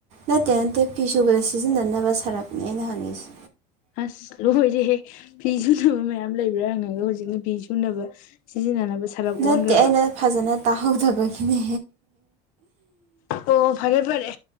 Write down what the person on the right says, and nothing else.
ꯅꯠꯇꯦ ꯅꯠꯇꯦ ꯐꯤꯁꯨꯕꯗ ꯁꯤꯖꯤꯟꯅꯅꯕ ꯁꯔꯞꯅꯦ ꯑꯩꯅ ꯍꯪꯉꯤꯁꯦ
ꯅꯠꯇꯦ ꯑꯩꯅ ꯐꯖꯅꯦ ꯇꯥꯍꯧꯖꯕꯒꯤꯅꯦ